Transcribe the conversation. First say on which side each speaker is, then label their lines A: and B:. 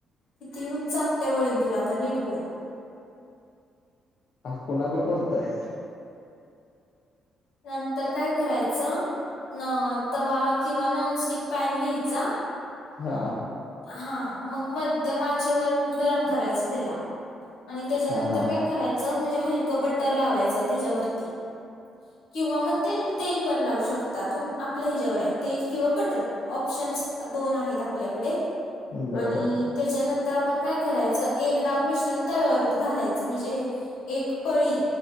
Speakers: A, on the left; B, on the left.
A: कितीेन चापते वडन तुला आता नीट बोल.
B: अ कुणाबरोब पचतय.
A: नंतर काय करायचं. न तवा किंवा नॉनस्टिक पॅन घ्यायचा
B: हा.
A: हा मग मध्य आचेवर गरम करायचं त्याला आणि त्याच्यानंतर
B: हां, हां.
A: काय करायचं म्हणजे हलकं बटर लावायचं त्याच्यावरती किंवा मग ते तेल पण लावू शकता तु आपल्या हिच्यावर आहे तेल किंवा बटर. ऑप्शन्स दोन आहेत आपल्याकडे
B: बरं.
A: आणि त्याच्यानंतर आपण काय करायचं एक डाव मिश्रण तयावरत घालायचं म्हणजे एक पळी